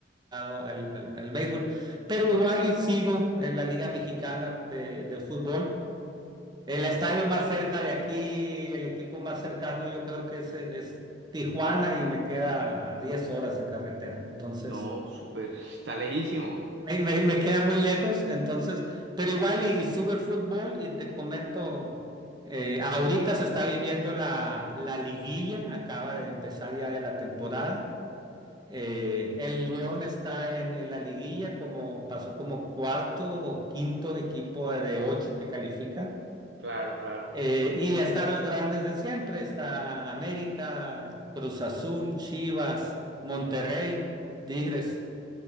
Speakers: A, on the right; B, on the right.
A: al, al, al béisbol, pero igual y sigo en la Liga Mexicana de, de fútbol. El estadio más cerca de aquí, el equipo más cercano, yo creo que es, es Tijuana y me queda a 10 horas en carretera. Entonces,
B: No, súper, está lejísimo.
A: me, me- me queda muy lejos, entonces, pero igual y, y sigo el fútbol y te comento, eh, ahorita se está viviendo la, la liguilla, acaba de empezar ya de la temporada. Eh, el León está en, en la liguilla, como pasó como cuarto o quinto equipo de ocho que califica.
B: Claro, claro.
A: Eh, y están los grandes de siempre, está América, Cruz Azul, Chivas, Monterrey, Tigres.